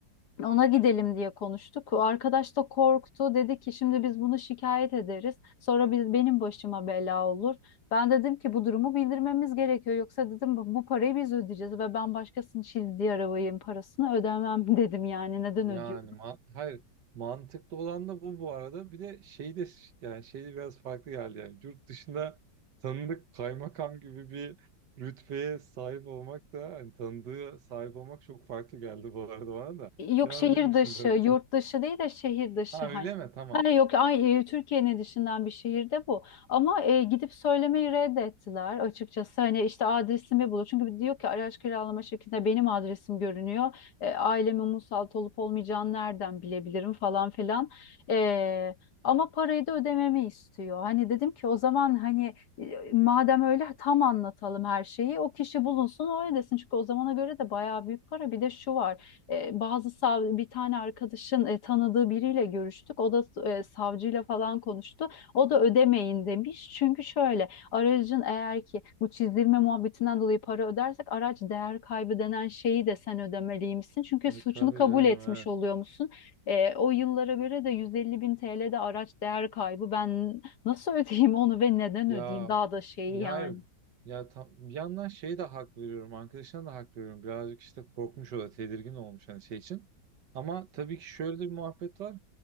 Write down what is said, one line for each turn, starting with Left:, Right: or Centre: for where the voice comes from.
Left: ona gidelim diye konuştuk. O Arkadaş da korktu. Dedi ki şimdi biz bunu şikayet ederiz. Sonra biz, benim başıma bela olur. Ben dedim ki bu durumu bildirmemiz gerekiyor. Yoksa dedim bu bu parayı biz ödeyeceğiz ve ben başkasının çizdiği arabanın parasını ödemem <laughs> dedim yani. Neden
Right: Yani
Left: ödüyorum?
Right: ma- hayır mantıklı olan da bu bu arada. Bir de şey de yani şey de biraz farklı geldi yani. Yurt dışında tanıdık kaymakam gibi bir rütbeye sahip olmak da hani tanıdığı sahip olmak çok farklı geldi bu arada bana da.
Left: Yok
Right: Devam
Left: şehir
Right: edebilirsin
Left: dışı,
Right: belki.
Left: yurt dışı değil de şehir dışı
Right: Ha
Left: hani.
Right: öyle mi? Tamam.
Left: hani yok ay e, Türkiye'nin dışından bir şehirde bu. Ama e, gidip söylemeyi reddettiler açıkçası. Hani işte adresimi bulur. Çünkü diyor ki araç kiralama şirketinde benim adresim görünüyor. E, ailemin musallat olup olmayacağını nereden bilebilirim falan filan. E, ama parayı da ödememi istiyor. Hani dedim ki o zaman hani e, madem öyle tam anlatalım her şeyi. O kişi bulunsun o ödesin. Çünkü o zamana göre de bayağı büyük para. Bir de şu var. E, bazı sav bir tane arkadaşın e, tanıdığı biriyle görüştük. O da e, savcıyla falan konuştu. O da ödemeyin demiş. Çünkü şöyle aracın eğer ki bu çizdirme muhabbetinden dolayı para ödersek araç değer kaybı denen şeyi de sen ödemeliymişsin. Çünkü
Right: E,
Left: suçunu
Right: tabii
Left: kabul
Right: canım
Left: etmiş
Right: evet.
Left: oluyor musun? E, o yıllara göre de 150 bin TL'de araç değer kaybı. Ben nasıl ödeyeyim onu ve neden
Right: Ya
Left: ödeyeyim? Daha da şeyi
Right: ya
Left: yani.
Right: hayır. Ya tam, bir yandan şey de hak veriyorum. Arkadaşına da hak veriyorum. Birazcık işte korkmuş o da tedirgin olmuş hani şey için. Ama tabii ki şöyle de bir muhabbet var.